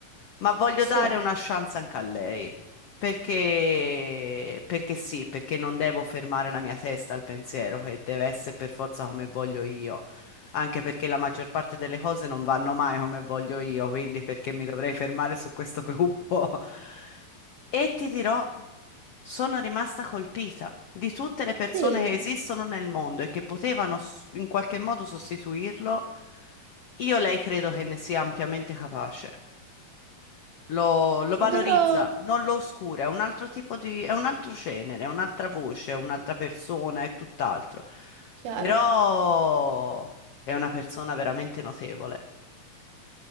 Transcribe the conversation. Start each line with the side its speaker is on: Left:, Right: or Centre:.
Left: ma voglio
Right: sì,
Left: dare una chance anche a lei. Perché, perché sì, perché non devo fermare la mia testa al pensiero che deve essere per forza come voglio io, anche perché la maggior parte delle cose non vanno mai come voglio io, quindi perché mi dovrei fermare su questo gruppo? <laughs> E ti dirò, sono rimasta colpita di tutte le persone
Right: sì,
Left: che esistono nel mondo e che potevano s- in qualche modo sostituirlo. Io lei credo che ne sia ampiamente capace lo, lo valorizza,
Right: dovrò...
Left: non lo oscura, è un altro tipo di, è un altro genere, è un'altra voce, è un'altra persona, è tutt'altro.
Right: Chiaro.
Left: Però è una persona veramente notevole.